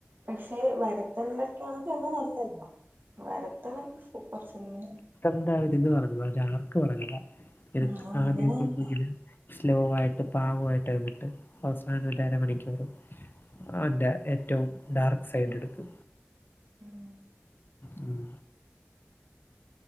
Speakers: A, on the right; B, on the left.
A: പക്ഷെ വരത്തന്റെക്കാണെങ്കിൽ അങ്ങനെ അല്ലല്ലൊ വരത്തനൊക്കെ സൂപ്പർ സിനിമെയല്ലേ
B: ഇണ്ടാവര്ന്ന് പറഞ്ഞു അവരാർക്ക് പറഞ്ഞു <unintelligible>
A: ഉം അങ്ങനെ തന്നെ
B: സ്ലോ ആയ്ട്ട് പാവായ്ട്ട് വിട്ടെ അവസാനം മറ്റേ അര മണിക്കൂറ് ഓന്റ ഏറ്റവും ഡാർക്ക് സൈഡ് ഇട്ക്ക്
A: ഉം
B: ഉം.